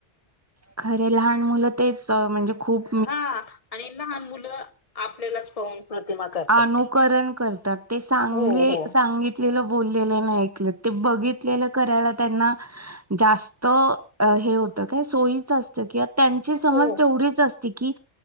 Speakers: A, on the right (about 20°); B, on the left (about 35°).
A: खरे लहांन मुलं तेचं म्हणजे खूंप
B: हां आणि लहांन मुलं आपल्यांलाच पाहूंन प्रतिमा करतात
A: अनुकरण
B: ते.
A: करतांत ते सांगले
B: हो हो.
A: सांगित लेलं बोललेलं नाहीं ऐकलं ते बघितलेलं करायला त्यांना जास्तं हे होतं कायं सोयीचं असतं कि त्यांची समज
B: हो
A: तेवढीच असते की,